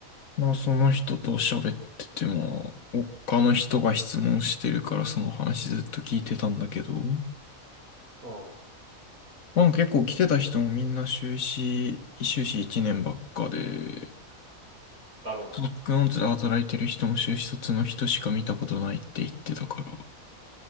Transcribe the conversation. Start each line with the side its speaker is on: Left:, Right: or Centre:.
Left: まあその人と喋ってても、他の人が質問してるからその話ずっと聞いてたんだけど、
Right: うん。
Left: まあ結構来てた人もみんな修士、修士1年ばっかで、
Right: だろうな。
Left: バックノーツで働いてる人も修士卒の人しか見たことないって言ってたから、